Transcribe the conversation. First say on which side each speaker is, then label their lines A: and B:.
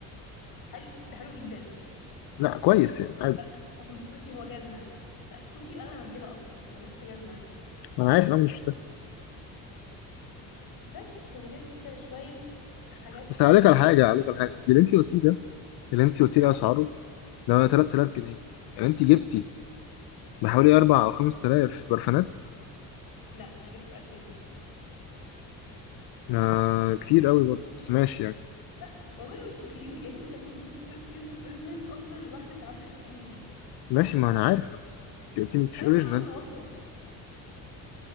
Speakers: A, on the left; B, on the left.
A: حلو ده حلو جدا
B: لا كويس يعني عادي
A: بس اصلا مش كوتشي هو جزمة فكوتشي اغلى من كده اصلا انا جبت جزمة عادي
B: انا عارف إن انا مش محتاج
A: بس وجبت شوية حاجات
B: بس
A: كده
B: عليك على حاجة عليك على حاجة انت اللي انت قلتيه ده اللي انت قلتيه ده اسعاره ده 3000 جنيه يعني انت جبتي بحوالي 4 او 5000 برفانات
A: لا انا جبت بألفين بس
B: آه كتير قوي برضه بس ماشي يعني
A: لا والله مش كتير يا ابني انت عشان تجيب بيرفيوم اوريجينال اصلا الواحدة بتعدي 2000 جنيه
B: ماشي ما انا عارف يعني. انت قلتي مش
A: طيب
B: اوريجينال
A: انا عاملة وصلة